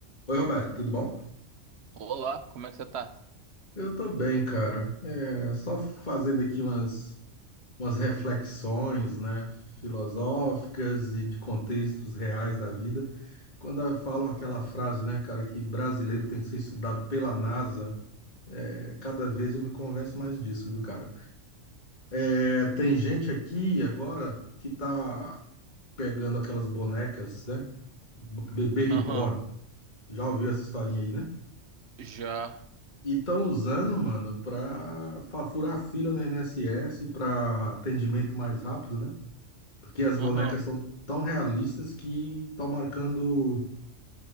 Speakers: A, on the left; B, on the right.
A: Oi, Roberto, tudo bom?
B: Olá, como é que você tá?
A: Eu tô bem, cara. É, só fazendo aqui umas, umas reflexões, né, filosóficas e de contextos reais da vida. Quando falam aquela frase, né, cara, que brasileiro tem que ser estudado pela NASA, é, cada vez eu me convenço mais disso, viu, cara? É, tem gente aqui agora que tá pegando aquelas bonecas, né? Bebê reborn.
B: Aham,
A: Já ouviu essa historinha aí, né?
B: já.
A: E estão usando, mano, para furar fila no INSS para atendimento mais rápido, né? Porque as
B: Aham.
A: bonecas são tão realistas que estão marcando,